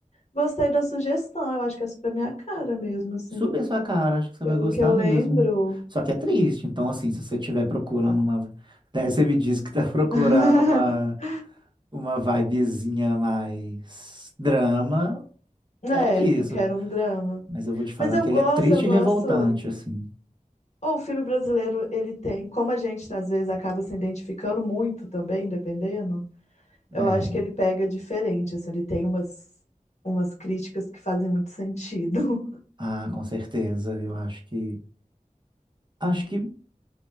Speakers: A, on the left (about 55°); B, on the right (about 35°).
A: gostei da sugestão. Eu acho que é super minha cara mesmo, assim.
B: Suba a sua cara, acho que você
A: Pelo
B: vai gostar
A: que eu
B: mesmo.
A: lembro.
B: Só que é triste, então assim, se você estiver procurando uma... Daí você me disse que tá <laughs> procurando
A: <laughs>
B: uma, uma vibezinha mais drama,
A: É,
B: é isso.
A: eu quero um drama.
B: Mas eu vou te falar
A: Mas eu
B: que
A: gosto,
B: ele é triste
A: eu gosto.
B: e revoltante, assim.
A: Ou o filme brasileiro, ele tem, como a gente às vezes acaba se identificando muito também, dependendo, eu
B: É,
A: acho que ele pega diferente, assim, ele tem umas, umas críticas que fazem muito sentido.
B: ah, com certeza, eu acho que... Acho que